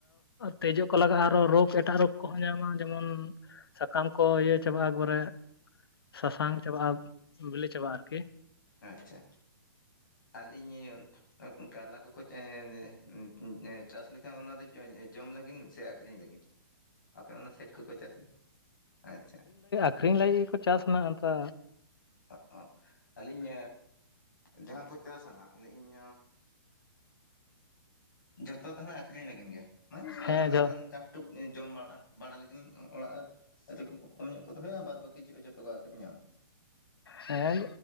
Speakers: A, on the left; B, on the left.
A: ᱛᱮᱡᱳ ᱠᱚ ᱞᱟᱜᱟᱜᱼᱟ ᱟᱨᱚ ᱨᱳᱜᱽ ᱮᱴᱟᱜ ᱨᱳᱜᱽ ᱠᱚᱦᱚᱸ ᱧᱟᱢᱟ ᱡᱮᱢᱚᱱ ᱥᱟᱠᱟᱢ ᱠᱚ ᱤᱭᱟᱹ ᱪᱟᱵᱟᱜᱼᱟ ᱮᱠᱵᱟᱨᱮ ᱥᱟᱥᱟᱝ ᱪᱟᱵᱟᱜᱼᱟ ᱵᱤᱞᱤ ᱪᱟᱵᱟᱜᱼᱟ ᱟᱨᱠᱤ᱾
B: ᱟᱪᱪᱷᱟ, ᱟᱹᱞᱤᱧ ᱠᱟᱨᱞᱟ ᱠᱚᱠᱚ ᱪᱟ ᱮᱻ ᱪᱟᱥ ᱞᱮ ᱠᱷᱟᱱ ᱚᱱᱟ ᱫᱚ ᱡᱚᱢ ᱞᱟᱹᱜᱤᱱ ᱥᱮ ᱟᱠᱷᱨᱤᱧ ᱞᱟᱹᱜᱤᱱ? ᱟᱯᱮ ᱚᱱᱟ ᱥᱟᱭᱤᱰ ᱠᱚᱠᱚ ᱪᱟᱥᱟ ᱟᱪᱪᱷᱟ᱾
A: ᱟᱹᱠᱷᱨᱤᱧ ᱞᱟᱹᱜᱤᱫ ᱜᱮᱠᱚ ᱪᱟᱥ ᱟᱱᱟ ᱟᱱᱛᱟ
B: ᱚ ᱚ ᱟᱹᱞᱤᱧ ᱡᱟᱦᱟᱸ ᱠᱚ ᱪᱟᱥ ᱟᱱᱟᱜ ᱞᱟᱹᱭ ᱤᱧ ᱡᱷᱚᱛᱚ ᱛᱟᱦᱚᱞᱮ ᱟᱠᱷᱨᱤᱧ ᱞᱟᱹᱜᱤᱱ ᱜᱮ ᱢᱟᱱᱮ
A: ᱦᱮᱸ
B: <unintelligible>
A: ᱡᱚ
B: ᱴᱟᱠ ᱴᱩᱠ ᱡᱚᱢ ᱵᱟᱲᱟ ᱵᱟᱲᱟ ᱞᱟᱹᱜᱤᱱ ᱚᱲᱟᱜ <unintelligible> ᱠᱚᱢ ᱧᱚᱜ ᱠᱚ ᱫᱚᱦᱚᱭᱟ ᱵᱟᱫ ᱵᱟᱠᱤ ᱡᱷᱚᱛᱚ ᱠᱚ ᱟᱠᱷᱨᱤᱧᱟ?
A: ᱦᱮᱸ